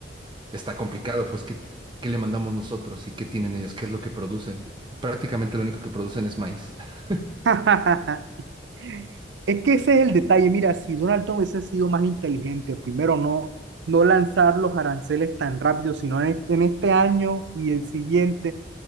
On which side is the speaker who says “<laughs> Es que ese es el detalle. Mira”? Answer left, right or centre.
Right